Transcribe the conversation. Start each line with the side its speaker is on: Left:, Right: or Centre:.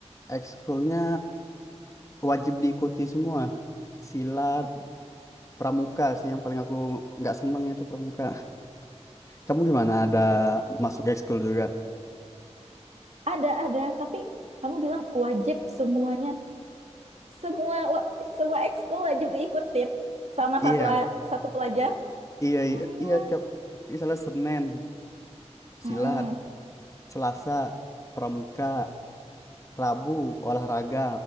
Left: Ekskulnya wajib diikuti semua. Silat, pramuka sih yang paling aku nggak seneng itu pramuka. Kamu gimana? Ada masuk ekskul juga?
Right: Ada, ada, tapi kamu bilang wajib semuanya. Semua wa- semua ekskul wajib diikutin sama
Left: Iya,
Right: satu a- satu pelajar.
Left: iya,
Right: Hmm,
Left: iya, iya. Setiap misalnya Senin,
Right: mm-mm.
Left: silat, Selasa, pramuka. Rabu olahraga